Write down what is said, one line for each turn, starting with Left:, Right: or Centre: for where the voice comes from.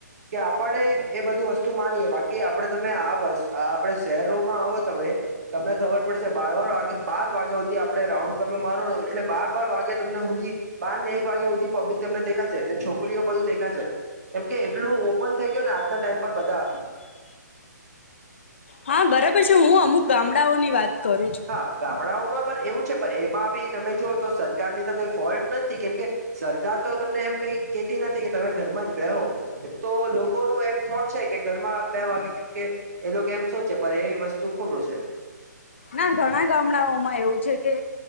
Right: કે આપણે એ બધું વસ્તુ તુ માનીએે બાકી આપડે તમે આ <unintelligible> આપે શહેરોમાં આવો તમે તમને ખબર પડશે બાર બાર વાગે બાર વાગ્યા આપણે રાઉન્ડ, ગમે મારો એટલે બાર બાર વાગે ત બારને એક વાગ્યા હુદી, પબ્લિક તમને દેખાશે છોકરીઓ બધું દેખા છે, કેમ કે આટલું ઓપન થઈ, ગયું ને આજના ટાઈમ પર બધા.
Left: હા, બરાબર છે, હું અમુક ગામડાઓની વાત કરું છું
Right: હા, ગામડાઓમાં પણ એવું છે, પણ એમાં બી, તમે જોઓ તો સરકારની તો કઈ ફોલ્ટ નથી, કેમકે સરકાર તો તમને એમ કઈ કેતી નથી, કે તમે ઘરમાં જ બેહો તો લોકોનું એમ થોટ છે, કે ઘરમાં બે વાગે કેમ કે એ લોકો એમ શો છેે, પણ એ વસ્તુ તો ખોટો છે.
Left: ના ઘણા ગામડાઓમાં એવું છે, કે